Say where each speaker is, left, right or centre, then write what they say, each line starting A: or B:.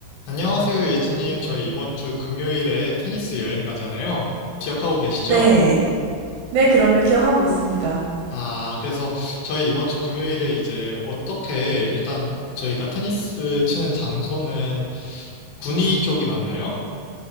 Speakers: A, on the left; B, on the right.
A: 안녕하세요, 예진님. 저희 이번 주 금요일에 테니스 여행 가잖아요. 기억하고 계시죠?
B: 네. 네, 그럼요. 기억하고 있습니다.
A: 아, 그래서 저희 이번 주 금요일에 이제 어떻게 일단 저희가 테니스 치는 장소는 군위 쪽이 맞나요?